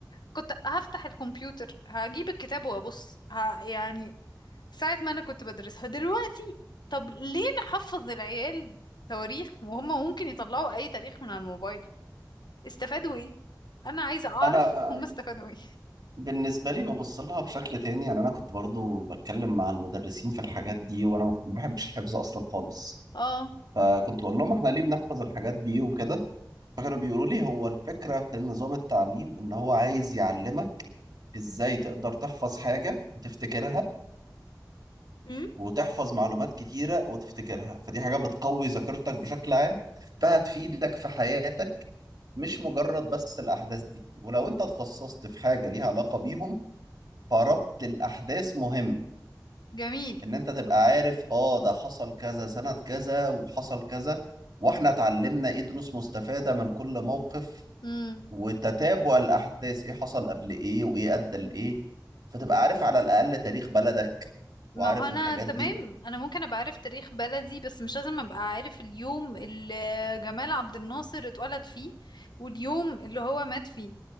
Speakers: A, on the left (about 75°); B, on the right (about 65°).
A: كنت هفتح الكمبيوتر هجيب الكتاب وابص ه... يعني ساعة ما انا كنت بدرسها دلوقتي طب ليه نحفظ العيال تواريخ وهم ممكن يطلعوا اي تاريخ من على الموبايل استفادوا ايه انا عايزه اعرف
B: انا آه،
A: <laughs> هم استفادوا ايه
B: بالنسبه لي ببص لها بشكل تاني يعني انا كنت برضو بتكلم مع المدرسين في الحاجات دي وانا ما <laughs> بحبش الحفظ اصلا خالص
A: اه
B: فكنت بقول لهم احنا ليه بنحفظ الحاجات دي وكده فكانوا بيقولوا لي هو الفكره في نظام التعليم ان هو عايز يعلمك ازاي تقدر تحفظ حاجه وتفتكرها
A: امم
B: وتحفظ معلومات كتيره وتفتكرها فدي حاجه بتقوي ذاكرتك بشكل عام فهتفيدك في حياتك مش مجرد بس الاحداث دي ولو انت اتخصصت في حاجه ليها علاقه بيهم فربط الأحداث مهم
A: جميل
B: إن أنت تبقى عارف آه ده حصل كذا سنة كذا وحصل كذا وإحنا اتعلمنا إيه دروس مستفادة من كل موقف
A: امم
B: وتتابع الأحداث إيه حصل قبل إيه وإيه أدى لإيه فتبقى عارف على الأقل تاريخ بلدك وعارف
A: ما هو انا
B: الحاجات
A: تمام
B: دي
A: انا ممكن ابقى عارف تاريخ بلدي بس مش لازم ابقى عارف اليوم اللي جمال عبد الناصر اتولد فيه واليوم اللي هو مات فيه